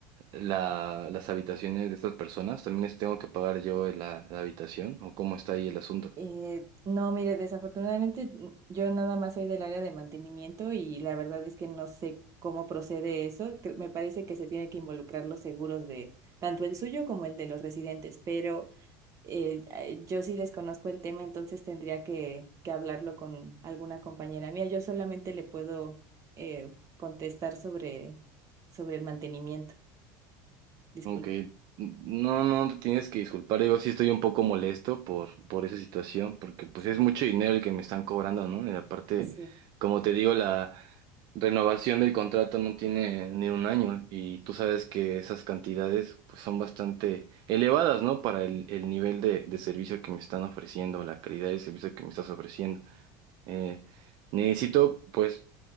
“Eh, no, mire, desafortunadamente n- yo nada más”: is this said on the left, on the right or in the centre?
Right